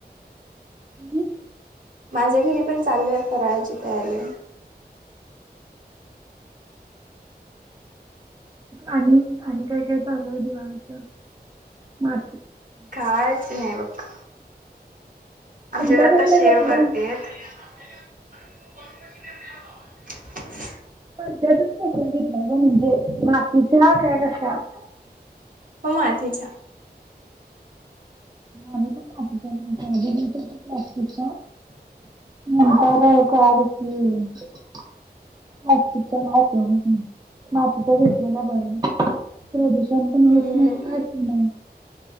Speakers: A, on the right (about 25°); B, on the right (about 55°).
A: रिकामा ऑडिओ
B: माझ्या घरी पण चालू आहे फराळाची तयारी.
A: आणि आणि काय काय चालूये दिवाळीच? मा
B: कायच नाहीय बघ.
A: पणत्या
B: आमचेत आत्ता
A: कसल्या
B: शेव
A: घेतला
B: केरतेत. <unintelligible>
A: पध्यात कसला घेतला ग म्हणजे मातीचे असता. <unintelligible>
B: हो मातीच्या
A: आम्ही पण मातीच्या घेतल्या, आधी घेतल्या होत्या प्लास्टिकच्या, नंतर कळाल की प्लास्टिकच्या राहत नाही. मातीच्या घेतलेला बरं प्रदूषण पण
B: हम्म
A: होत नाही. काय पण नाही.